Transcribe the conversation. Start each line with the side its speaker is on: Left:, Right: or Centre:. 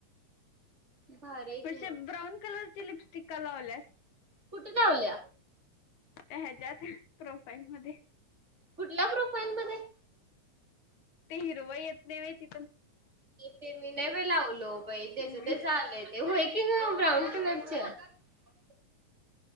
Right: भारी आहे की
Left: असे
Right: मग
Left: ब्राऊन कलर लिपस्टिक का लावल्यास.
Right: कुठे लावल्या
Left: ह्याच्यात प्रोफाईल मध्ये
Right: कुठल्या प्रोफाईल मध्ये
Left: ते हिरवं येत नाही होय ते.
Right: ते मी नाहीे बाई लावलो बाई तेज
Left: इमेज
Right: तेच आलंय. ते वाय की ग. ब्राऊन कलरच्या. म. <inaudible>